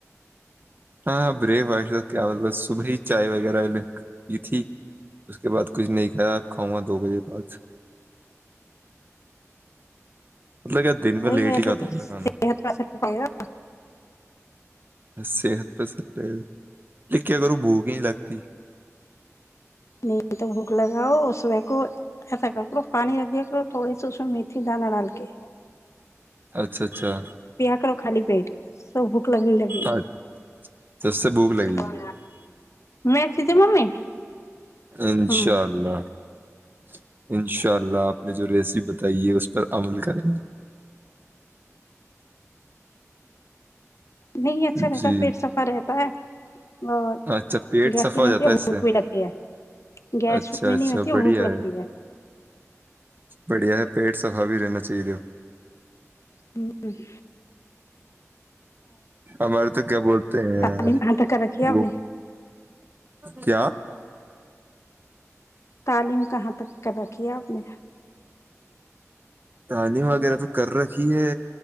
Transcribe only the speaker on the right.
ہاں ہاں بریک فاسٹ کیا مطلب صبح ہی چائے وغیرہ کی تھی اس کے بعد کچھ نہیں کھایا آپ کھاؤں گا دو بجے بعد مطلب کیا دن میں
لیٹ
ہی کھاتا
ہوں
میں کھانا
صحت سر لکھیا کرو بھوک ہی لگتی
اچھا اچھا
اچھا اس سے بھوک لگے
گی
انشاء
اللہ <unintelligible> انشاء اللہ آپ نے جو ریسیپ بتائی ہے، اس پر عمل کریں <unintelligible>
گے
جی
اچھا پیٹ
صفا
ہو جاتا
اس سے
اچھا
اچھا
بڑھیا
بڑھیا ہے پیٹ صفای رہنا چاہیے ہو
ہمارے تو کیا بولتے ہیں
وہ
کیا <inaudible>
تعلیم وغیرہ تو کر رکھی ہے